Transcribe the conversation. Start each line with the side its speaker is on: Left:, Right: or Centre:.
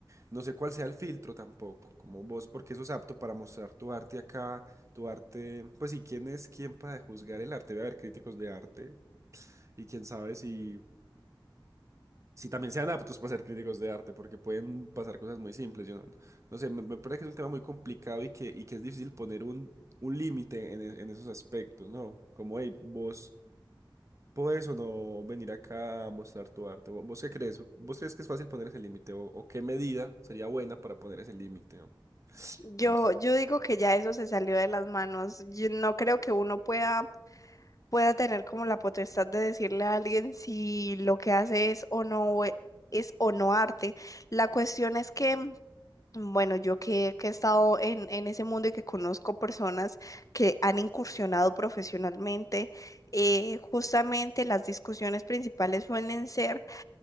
Right: No sé cuál sea el filtro tampoco, como vos, porque eso es apto para mostrar tu arte acá, tu arte, pues sí quién es quién para juzgar el arte, debe haber críticos de arte y quién sabe si, si también sean aptos para ser críticos de arte, porque pueden pasar cosas muy simples, yo no, no sé, me, me parece que es un tema muy complicado y que, y que es difícil poner un, un límite en, e- en esos aspectos, ¿no? Como, hey, vos podés o no venir acá a mostrar tu arte, ¿Vo- ¿vos qué crees? ¿Vos crees que es fácil poner ese límite o, o qué medida sería buena para poner ese límite? ¿no?
Left: Yo,
Right: No sé.
Left: yo digo que ya eso se salió de las manos. Yo no creo que uno pueda, pueda tener como la potestad de decirle a alguien si lo que hace es o no e- es o no arte. La cuestión es que Bueno, yo que, que he estado en, en ese mundo y que conozco personas que han incursionado profesionalmente, eh, justamente las discusiones principales suelen ser